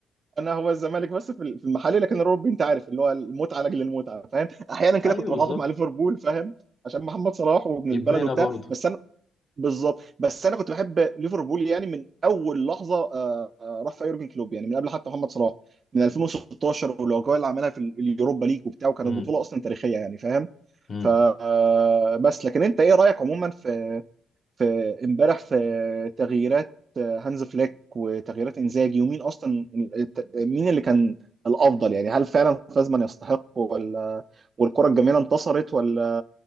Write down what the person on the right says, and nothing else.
انا هو الزمالك بس في ال- في المحلي لكن الاوروبي انت عارف اللي هو المتعه لاجل المتعه فاهم احيانا كده
كنت
بتعاطف مع ليفربول فاهم عشان محمد صلاح وابن
البلد وبتاع
بس انا بالظبط بس انا كنت بحب ليفربول يعني من اول لحظه آه، آه، راح فيها يورجن كلوب يعني من قبل حتى محمد صلاح من 2016 والاجواء اللي عملها في ال- اليوروبا ليج وبتاع وكانت
بطوله اصلا تاريخيه يعني فاهم
ف آه، بس لكن انت ايه رايك عموما في في امبارح في تغييرات هانز فليك وتغييرات انزاجي ومين اصلا الت- مين اللي كان الافضل يعني هل فعلا فازمان يستحق ولا والكره الجميله انتصرت ولا